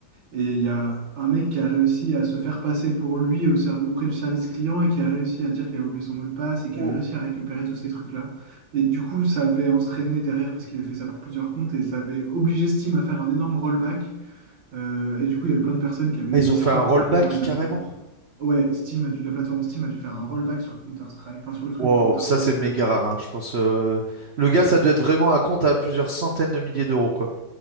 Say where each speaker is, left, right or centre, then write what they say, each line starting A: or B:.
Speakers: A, on the right; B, on the right.
A: Et il y a un mec qui a réussi à se faire passer pour lui au serv- auprès du service client et qui a réussi à dire qu'il avait oublié son mot de passe et qui
B: Oh,
A: avait réussi à récupérer tous ces trucs-là. Et du coup, ça avait entraîné derrière, parce qu'il a fait ça pour plusieurs comptes, et ça avait obligé Steam à faire un énorme rollback. Euh, et du coup, il y avait plein de personnes qui avaient eu
B: ils
A: des
B: ont
A: skins
B: fait un rollback
A: qui finalement les
B: carrément.
A: avaient pu. Ouais, Steam a dû, la plateforme Steam a dû faire un rollback sur Counter-Strike, enfin sur le truc
B: Wow,
A: de Counter-Strike.
B: ça c'est méga
A: euh.
B: rare, hein, Je pense. euh, Le gars, ça doit être vraiment un compte à plusieurs centaines de milliers d'euros, quoi.